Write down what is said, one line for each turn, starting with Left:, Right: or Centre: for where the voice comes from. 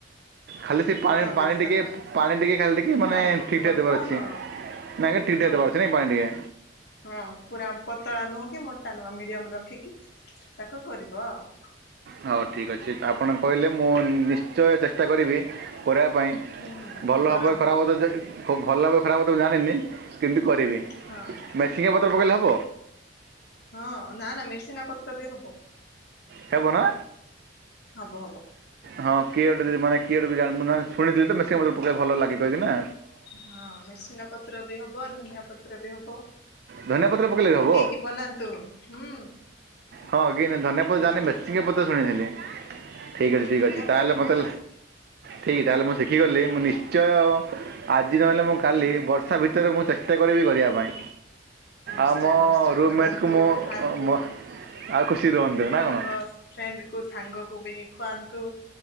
Right: ଖାଲି ସେ
Left: ହଁ
Right: ପାଣି
Left: ବେସନ
Right: ପାଣି ଟିକେ ପାଣି ଟିକେ ଖାଲି ଟିକେ ମାନେ
Left: ପାଣି ଟିକେ
Right: ଠିକ
Left: ପଡିବ
Right: ଠାକ୍ ଦେବାର ଅଛି।
Left: ହଁ
Right: ନାଇଁ ଖାଲି ଠିକ୍ ଠାକ୍
Left: ହଁ
Right: ଦବାର ଅଛି ପାଣି ଟିକେ?
Left: ହଁ ପୁରା ପତଳା ନୁହଁ କି ମୋଟା ନୁହଁ ମିଡି଼ୟମରେ ରଖିକି ତାକୁ କରିବ ଆଉ।
Right: ହଉ ଠିକ୍ ଅଛି ଆପଣ ତ କହିଲେ ମୁଁ ନିଶ୍ଚୟ ଚେଷ୍ଟା କରିବି କରିବା ପାଇଁ
Left: ହୁଁ ହୁଁ
Right: ଭଲ
Left: କରନ୍ତୁ
Right: ହବ କି ଖରାପ ତ ଭଲ ହବ କି ଖରାପ ହବ ତ ମୁଁ ଜାଣିନି କିନ୍ତୁ କରିବି।
Left: ହଁ
Right: ମେସିଙ୍ଗା ପତ୍ର
Left: ହଁ
Right: ପକାଇଲେ ହେବ
Left: ହଁ ନା ନା ମିରସିଙ୍ଗା ପତ୍ର ବି ହବ।
Right: ହେବ ନା?
Left: ହବ ହବ।
Right: ହଁ କିଏ ଗୋଟେ ମାନେ କିଏ ମୁଁ ମାନେ ଶୁଣିଥିଲି ତ ମିରସିଙ୍ଗା ପତ୍ର ପକେଇଲେ ଭଲ ଲାଗେ କହିଥିଲେ ନା।
Left: ହଁ ମିରସିଙ୍ଗା ପତ୍ର ବି ହବ ଧନିଆ ପତ୍ର ବି ହବ।
Right: ଧନିଆ ପତ୍ର ପକାଇଲେ ହେବ
Left: ପକେଇକି ବନାନ୍ତୁ ହୁଁ।
Right: ହଁ କିନ୍ତୁ ଧନିଆ
Left: ହବ
Right: ପତ୍ର ଜାଣିନି
Left: ନା
Right: ମିରସିଙ୍ଗା ପତ୍ର ଶୁଣିଥିଲି। ଠିକ ଅଛି ଠିକ୍
Left: ଧନିଆ
Right: ଅଛି
Left: ପତ୍ର
Right: ତାହେଲେ
Left: ବି
Right: ମତେ
Left: ପକାନ୍ତୁ
Right: ଠିକ୍ ତାହେଲେ ମୁଁ ଶିଖି ଗଲି ମୁଁ ନିଶ୍ଚୟ ଆଜି ନହେଲେ ମୁଁ
Left: ହୁଁ
Right: କାଲି ବର୍ଷା ଭିତରେ ମୁଁ ଚେ ଚେଷ୍ଟା କରିବି କରିବା ପାଇଁ।
Left: ନିଶ୍ଚୟ
Right: ଆମ
Left: ନିଶ୍ଚୟ
Right: ରୁମ୍ମେଟ୍କୁ
Left: ବନାନ୍ତୁ
Right: ମୁଁ
Left: ଖାଆନ୍ତୁ।
Right: ମୋ- ଆଉ ଖୁସି ରୁହନ୍ତୁ
Left: ଆପଣଙ୍କ
Right: ନା କ'ଣ
Left: ଫ୍ରେଣ୍ଡ କୁ ସାଙ୍ଗ କୁ ବି ଖୁଆନ୍ତୁ।